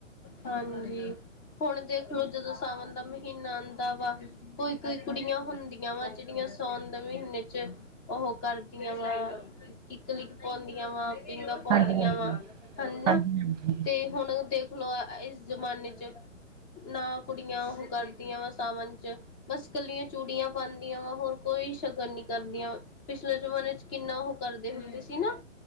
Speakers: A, on the left; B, on the right.
A: ਹਾਂਜੀ, ਹੁਣ ਦੇਖ ਲਉ ਜਦੋਂ ਸਾਵਣ ਦਾ ਮਹੀਨਾ ਆਉਂਦਾ ਵਾ। ਕੋਈ- ਕੋਈ, ਕੁੜੀਆਂ ਹੁੰਦੀਆਂ ਵਾ ਜਿਹੜੀਆਂ, ਸਾਉਣ ਦੇ ਮਹੀਨੇ ਚ ਉਹ ਕਰਦੀਆਂ ਵਾ? ਕਿੱਕ-ਲਿੱਕ ਪਾਉਂਦੀਆਂ ਵਾ। ਪੀਗਾਂ ਪਾਉਂਦੀਆਂ
B: ਹਾਂਜੀ ਹਾਂਜੀ
A: ਵਾ ਹੈਨਾ
B: ਹਾਂਜੀ ਹਾਂਜੀ
A: ਤੇ ਹੁਣ ਦੇਖ। ਖਲੋ ਇਸ ਜ਼ਮਾਨੇ 'ਚ ਨਾ ਕੁੜੀਆਂ ਉਹੋ ਕਰਦੀਆਂ ਸਾਵਨ 'ਚ। ਬਸ ਕਲੀਆਂ ਚੂੜੀਆਂ ਪਾਉਂਦੀਆਂ ਵਾ ਹੋਰ ਕੋਈ ਸ਼ਗਨ ਨੀ ਕਰਦੀਆਂ। ਪਿਛਲੇ ਜਮਾਨੇ ਚ ਕਿੰਨਾ, ਉਹ ਕਰਦੇ ਹੁੰਦੇ ਸੀ ਨਾ।